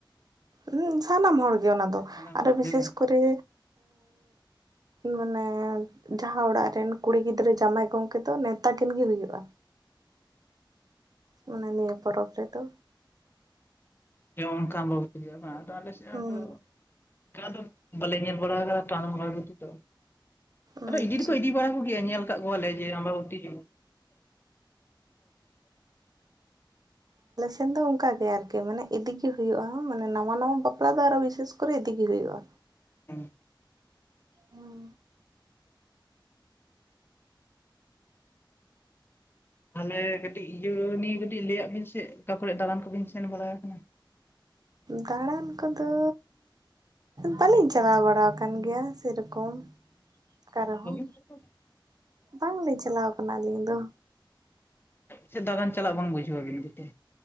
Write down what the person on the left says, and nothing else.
ᱥᱟᱱᱟᱢ
ᱦᱚᱲ
ᱜᱮ ᱵᱟᱝ
ᱡᱮ ᱚᱱᱠᱟ ᱟᱢᱵᱟᱵᱩᱛᱤ ᱦᱳᱭᱳᱜ-ᱟ ᱵᱟᱝ ᱟᱞᱮᱥᱮᱫ ᱦᱚᱸ
ᱛᱚ ᱚᱱᱠᱟ ᱫᱚ ᱵᱟᱞᱮ ᱧᱮᱞ ᱵᱟᱲᱟ ᱠᱟᱫᱟ ᱴᱟᱱ <unintelligible> ᱠᱚ ᱵᱟᱲ ᱜ ᱫᱚ ᱟᱫᱚ
ᱤᱫᱤ ᱫᱚᱠᱚ ᱤᱫᱤ ᱵᱟᱲᱟ ᱠᱚᱜᱮᱭᱟ ᱧᱮᱞ ᱠᱟᱫ ᱠᱚᱣᱟᱞᱮ ᱩᱛᱤ ᱡ <inaudible>
ᱦᱮᱸ
ᱛᱟᱦᱚᱞᱮ ᱠᱟᱹᱴᱤᱡ ᱤᱭᱟᱹ ᱱᱤᱭ ᱠᱟᱹᱴᱤᱡ ᱞᱟᱹ ᱟᱫ ᱵᱤᱱ ᱥᱮ ᱚᱠᱟ ᱠᱚᱨᱮ ᱫᱟᱬᱟᱱ ᱠᱚᱵᱤᱱ ᱥᱮᱱ ᱵᱟᱲᱟ ᱠᱟᱱᱟ
<inaudible>
ᱥᱮ ᱫᱟᱬᱟᱱ ᱪᱟᱞᱟᱜ ᱵᱟᱝ ᱵᱩᱡᱷᱟᱹᱣ ᱵᱤᱱ ᱜᱮᱛᱮ